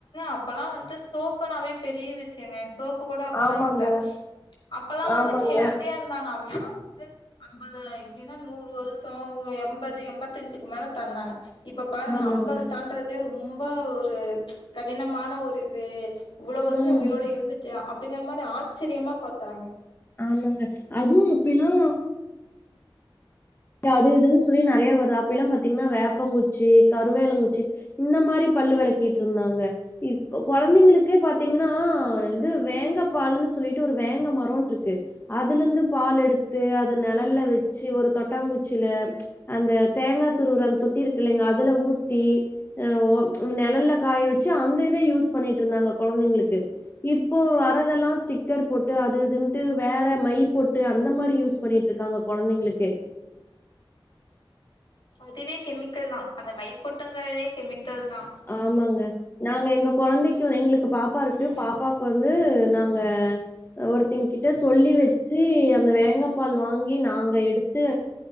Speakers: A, on the left; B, on the left.
A: அப்பல்லா வந்து சோப்புனாவே பெரிய விஷயங்க சோப் கூட அப்பல்லா
B: ஆமாங்க
A: இல்ல அப்பல்லா வந்து
B: ஆமாங்க
A: ஹெல்த்தியா இருந்தாங்க அவுங்கலாம் வந்து ஐம்பது எப்டின்னா நூறு வருஷம் ஒரு எண்பது எண்பத்தஞ்சுக்கு மேல தந்தாங்க இப்ப பாருங்க
B: ஆமாங்க
A: ஐம்பது தாண்றதே ரொம்ப ஒரு கடினமான ஒரு இது இவ்ளோ வருசம்
B: ம்
A: நீ உயிரோடு இருந்துட்டா அப்டிங்கிற மாரி ஆச்சரியமா பாக்குறாங்க
B: ஆமாங்க அதுவு அப்பில்லா அது இதுன்னு சொல்லி நெறையா வருது அப்ப எல்லா பாத்தீஙன்னா வேப்பங்குச்சி கருவேலங்குச்சி இன்ன மாரி பல்லு விளக்கிட்டுருந்தாங்க இப்ப கொழந்தைங்களுக்கு பாத்தீங்ன்னா இது வேங்க பால்ன்னு சொல்லிட்டு ஒரு வேங்க மரோண்ட் ர்க்கு அதுல இருந்து பால் எடுத்து அத நிழல்ல
A: ம்.
B: வெச்சு ஒரு தொட்டாங்குச்சில அந்த தேங்கா துருவுற அந்த தொட்டி இருக்குலேங்க அதுல ஊத்தி எ ஒ நிழல்ல காய வச்சு அந்த இத யூஸ் பண்ணிட்டுருந்தாங்க கொழந்தைங்களுக்கு இப்போ வர்றதெல்லா ஸ்டிக் கர் போட்டு அது இதுன்ட்டு வேற மை போட்டு அந்த மாரி யூஸ் பண்ணிட்டு இருக்காங்க கொழந்தைங்ளுக் எ
A: அதுவே கெமிக்கல் தா அந்த மை பொட்டுங்கிறதே கெமிக்கல் தா
B: ஆமாங்க நாங்க எங்க கொழந்தைக்கு எங்களுக்கு பாப்பா இருக்கு
A: ம்
B: பாப்பாக்கு வந்து நாங்க ஒருத்தங்க கிட்ட சொல்லி வச்சு அந்த வேங்கா பால் வாங்கி நாங்க எடுத்து